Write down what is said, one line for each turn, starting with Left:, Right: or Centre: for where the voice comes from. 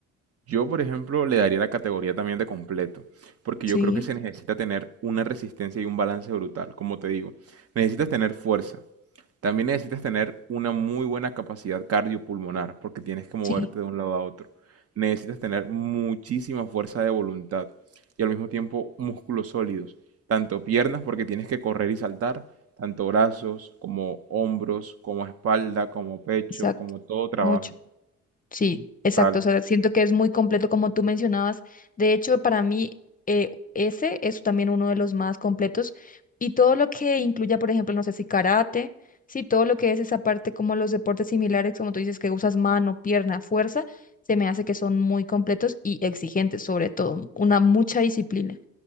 Right: Yo, por ejemplo, le daría la categoría también de completo, porque
Left: Sí,
Right: yo creo que se necesita tener una resistencia y un balance brutal. Como te digo, necesitas tener fuerza, También necesitas tener una muy buena capacidad cardiopulmonar porque tienes que moverte
Left: sí.
Right: de un lado a otro. Necesitas tener muchísima fuerza de voluntad y al mismo tiempo músculos sólidos, tanto piernas porque tienes que correr y saltar, tanto brazos como hombros, como espalda, como pecho,
Left: Exacto.
Right: como todo trabaja.
Left: Mucho, sí, exacto.
Right: Tal.
Left: O sea, siento que es muy completo como tú mencionabas. De hecho, para mí eh, ese es también uno de los más completos. Y todo lo que incluya, por ejemplo, no sé si karate, sí, todo lo que es esa parte como los deportes similares, como tú dices, que usas mano, pierna, fuerza, se me hace que son muy completos y exigentes, sobre todo, una mucha disciplina.